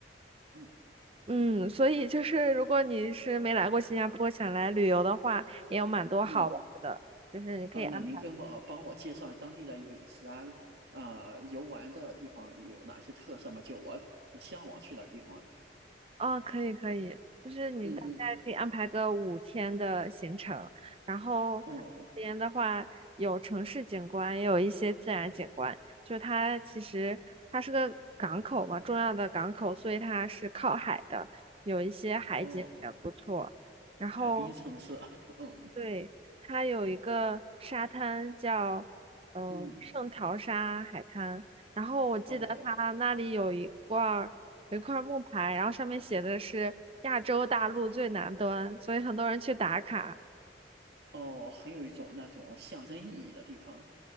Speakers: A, on the right; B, on the right.
A: 嗯
B: 嗯，所以就是如果你是没来过新加坡，想来旅游的话，也有蛮多好玩儿的，
A: 嗯，
B: 就是你可以安排，
A: 啊，那您跟我帮我介绍当地的饮食啊，啊、游玩的地方有哪些特色吗？就我很向往去哪个地方啊。
B: 哦，可以可以，就是你大概可以安排个五天的行程，
A: 嗯嗯，
B: 然后
A: 哦
B: 这边的话有城市景观，也有一些自然景观，就是它其实它是个港口嘛，重要的港口，所以它是靠海的，有一些海景也不错。
A: 哦，
B: 然后
A: 海滨城市，<laughs> 嗯
B: 对，它有一个沙滩叫呃圣淘沙海滩，
A: 嗯，
B: 然后我记得它那里有一块儿有一块儿木牌，
A: 哦
B: 然后上面写的是亚洲大陆最南端，所以很多人去打卡。
A: 哦，很有一种那种象征意义的地方。